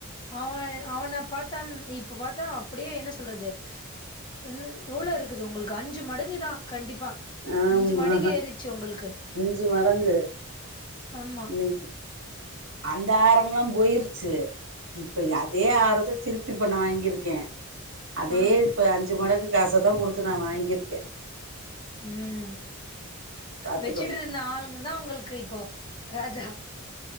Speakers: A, on the left (about 20°); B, on the right (about 60°).
A: அவ அவன பாத்தா இப்ப பாத்தா அப்டியே என்ன சொல்றது என் எவ்ளோ இருக்குது உங்களுக்கு அஞ்சு மடங்குதா கண்டிப்பா
B: ஆமா
A: அஞ்சு மடங்கு ஏறிச்சு உங்களுக்கு
B: அஞ்சு மடங்கு
A: ஆமா
B: இன்னைக்கு அந்த ஆரம்ல்லா போயிருச்சு இப்ப அதே ஆரத்த திருப்பி இப்ப நா வாங்கிருக்கே அதே
A: ஆ ஆ
B: இப்போ அஞ்சு மடங்கு காச தா கொடுத்து நா வாங்கிருக்கே
A: ம்
B: பாத்துக்கோங்க
A: வெச்சுட்டுருந்த ஆளுங்க தா உங்களுக்கு இப்போ ராஜா